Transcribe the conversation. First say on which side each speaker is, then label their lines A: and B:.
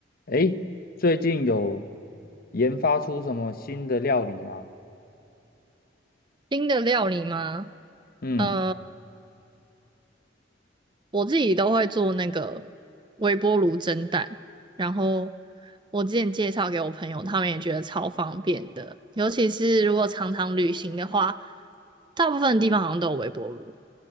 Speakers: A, on the left; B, on the right.
A: 诶，最近有研发出什么新的料理吗？
B: 新的料理吗？
A: 嗯，
B: 呃，我自己都会做那个微波炉蒸蛋，然后我之前介绍给我朋友，他们也觉得超方便的，尤其是如果常常旅行的话，大部分地方好像都有微波炉。